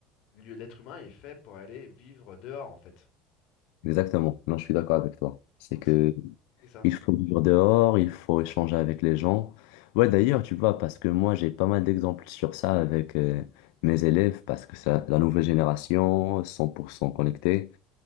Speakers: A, on the left; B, on the left.
A: lui- l'être humain est fait pour aller vivre dehors en fait.
B: Exactement. Non, je suis d'accord avec toi. C'est
A: Donc
B: que
A: c'est c'est ça.
B: il faut vivre dehors, il faut échanger avec les gens. Ouais, d'ailleurs, tu vois, parce que moi, j'ai pas mal d'exemples sur ça avec euh, mes élèves, parce que ça, la nouvelle génération, 100% connectée.